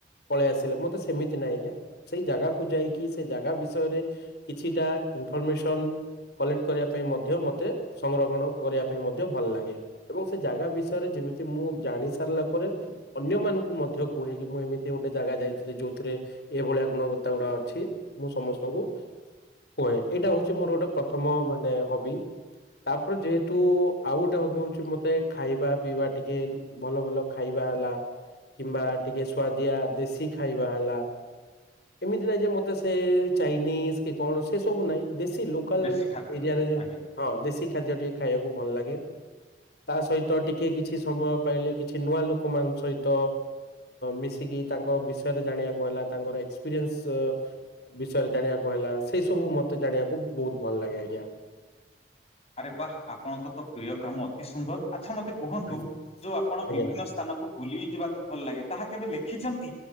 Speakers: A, on the left (about 65°); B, on the left (about 35°).
A: ପଳେଇ ଆସିଲେ ମତେ ସେମିତି ନାହିଁ ଆଜ୍ଞା ସେଇ ଜାଗାକୁ ଯାଇକି ସେଇ ଜାଗା ବିଷୟରେ କିଛିଟା ଇନଫର୍ମେସନ କଲେକ୍ଟ କରିବା ପାଇଁ ମଧ୍ୟ ମୋତେ ସଂରକ୍ଷଣ କରିବା ପାଇଁ ମଧ୍ୟ ଭଲ ଲାଗେ। ଏବଂ ସେ ଜାଗା ବିଷୟରେ ଯେମିତି ମୁଁ ଜାଣି ସାରିଲା ପରେ ଅନ୍ୟମାନଙ୍କୁ ମଧ୍ୟ କୁହେ କି ମୁଁ ଏମିତି ଗୋଟେ ଜାଗା ଯାଇଥିଲି ଯେଉଥିରେ ଏଭଳିଆ ଗୁଣବତ୍ତା ଗୁଡ଼ା ଅଛି ମୁଁ ସମସ୍ତଙ୍କୁ କୁହେ। ଏଇଟା ହଉଛି ମୋର ଗୋଟେ ପ୍ରଥମ ମାନେ ହବି। ତାପରେ ଯେହେତୁ ଆଉ ଗୋଟେ ହବି ହଉଛି ମତେ ଖାଇବା ପିଇବା ଟିକେ ଭଲ ଭଲ ଖାଇବା ହେଲା। କିମ୍ବା ଟିକେ ସୁଆଦିଆ ଦେଶୀ ଖାଇବା ହେଲା ଏମିତି ନାଇଁ ଯେ ମତେ ସେ ଚାଇନିଜ କି କଣ ସେ ସବୁ ନାହିଁ। ଦେଶୀ ଲୋକାଲ
B: ଦେଶୀ ଖାଦ୍ୟ
A: ଏରିଆରେ
B: ଆଜ୍ଞା
A: ହଁ ଦେଶୀ ଖାଦ୍ୟ ଟିକେ ଖାଇବାକୁ ଭଲ ଲେ ତା ସହିତ ଟିକେ କିଛି ସମୟ ପାଇଲେ କିଛି ନୂଆ ଲୋକ ମଙ୍କ ସହିତ ମିଶିକି ତାଙ୍କ ବିଷୟରେ ଜାଣିବାକୁ ହେଲା ତାଙ୍କର ଏକ୍ସପିରିଏନ୍ସ ବିଷୟରେ ଜାଣିବାକୁ ହେଲା ସେ ସବୁ ମତେ ଜାଣିବାକୁ ବହୁତ ଭଲ ଲାଗେ ଆଜ୍ଞା।
B: ଆରେ ବାହ ଆପଣଙ୍କ ତ ପ୍ରିୟ କାମ ଅତି ସୁନ୍ଦର ଆଚ୍ଛା ମତେ କୁହନ୍ତୁ
A: ଆଜ୍ଞା।
B: ଯୋଉ ଆପଣ
A: ଆଜ୍ଞା।
B: ବିଭିନ୍ନ ସ୍ଥାନକୁ ବୁଲି ଯିବାକୁ ଭଲ ଲାଗେ ତାହା କେବେ ଲେଖିଛନ୍ତି।